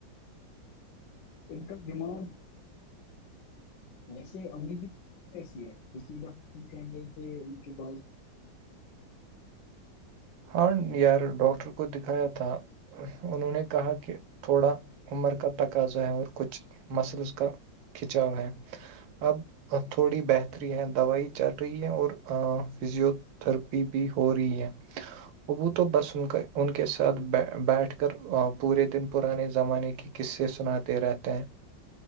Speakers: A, on the left; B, on the right.
A: ان کا دمانڈ ویسے امریکی ایسی ہے پ دف کےل سے ان ب
B: ہاں یار ڈاکٹر کو دکھایا تھا انہوں نے کہا کہ تھوڑا عمر کا تقاضا ہے اور کچھ مسلس کا <unintelligible> کھنچاؤ ہے اب تھوڑی بہتری ہے دوائی چل رہی ہے اور فزیو تھرپی بھی ہو رہی ہے <unintelligible> وہ تو بس ان کا ان کے ساتھ بیٹھ کر پورے دن پرانے زمانے کی کس سے سناتے رہتے ہیں